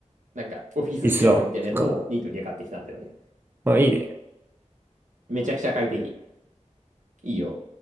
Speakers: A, on the right; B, on the right.
A: なんか、オフィスチェアみたいなやつをニートにで買ってきたんだよね。
B: いっそ。うん。まあいいね。
A: めちゃくちゃ快適。いいよ。